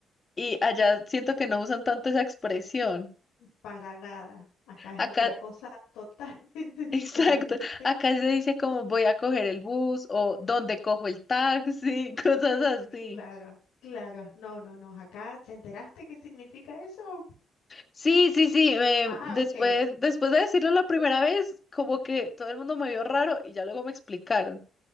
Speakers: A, on the left; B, on the left.
A: y allá siento que no usan tanto esa expresión.
B: Para nada. Acá
A: Acá,
B: es otra cosa totalmente
A: <laughs>
B: <laughs> diferente.
A: exacto, acá se dice como voy a coger el bus o dónde cojo el taxi, <laughs> cosas así.
B: Claro, claro. No, no, no. Acá, ¿te enteraste qué significa eso?
A: Sí, sí, sí. eh,
B: Ah,
A: después,
B: ok.
A: después de decirlo la primera vez, como que todo el mundo me vio raro y ya luego me explicaron.